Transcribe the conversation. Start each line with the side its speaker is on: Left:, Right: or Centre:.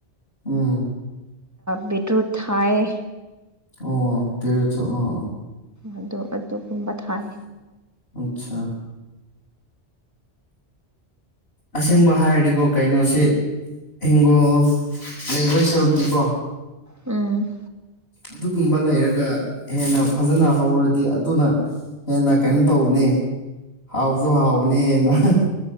Left: ꯎꯝ
Right: ꯕꯤꯠ ꯔꯨꯠ ꯊꯥꯏꯌꯦ
Left: ꯑꯣ ꯕꯤꯠ ꯔꯨꯠ ꯁꯨ ꯑꯥ
Right: ꯑꯗꯨ ꯑꯗꯨꯒꯨꯝꯕ ꯊꯥꯏ
Left: ꯑꯆꯥ ꯑꯁꯦꯡꯕ ꯍꯥꯏꯔꯗꯤꯀꯣ ꯀꯩꯅꯣꯁꯤ ꯍꯤꯡꯒꯣꯜ ꯂꯩꯕꯩ ꯁꯔꯨꯛꯇꯤꯀꯣ
Right: ꯎꯝ
Left: ꯑꯗꯨꯒꯨꯝꯕ ꯂꯩꯔꯒ ꯍꯦꯟꯅ ꯐꯖꯅ ꯍꯧꯔꯗꯤ ꯑꯗꯨꯅ ꯍꯦꯟꯅ ꯀꯩꯅꯣ ꯇꯧꯕꯅꯦ ꯍꯥꯎꯁꯨ ꯍꯥꯎꯅꯤ ꯍꯦꯟꯅ